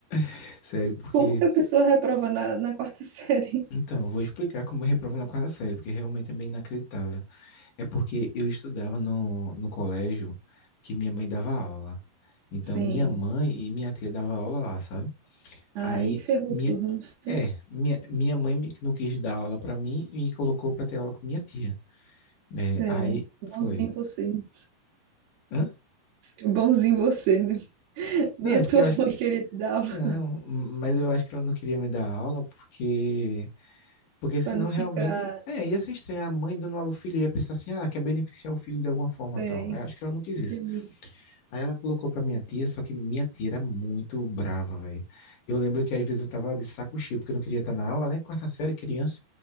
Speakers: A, on the left; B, on the right.
A: <laughs> Sério, porque.
B: Como que a pessoa reprova na, na quarta <laughs> série?
A: Então, eu vou explicar como eu reprovo na quarta série, porque realmente é meio inacreditável. É porque eu estudava no, no colégio que minha mãe dava aula. Então,
B: Sim.
A: minha mãe e minha tia dava aula lá, sabe?
B: Aí
A: Aí,
B: ferrou
A: minha,
B: tudo, não foi?
A: é, minha, minha mãe me- não quis dar aula pra mim e me colocou pra ter aula com minha tia.
B: Sério.
A: É, aí,
B: Bonzinho
A: foi.
B: você. né?
A: Hã?
B: Bonzinho você, né? Nem
A: Não, é
B: a
A: porque
B: tua
A: eu
B: mãe
A: acho que,
B: queria te dar aula
A: não, mas eu acho que ela não queria me dar aula porque, porque senão
B: para não ficar
A: realmente, é, ia ser estranho. A mãe dando aula ao filho ia pensar assim, ah, quer beneficiar o filho de alguma forma,
B: sem.
A: tal. Eu acho que ela não quis
B: Entendi.
A: isso. Aí ela colocou pra minha tia, só que minha tia era muito brava, velho. Eu lembro que às vezes eu tava de saco cheio, porque eu não queria estar na aula, né? Quarta série, criança.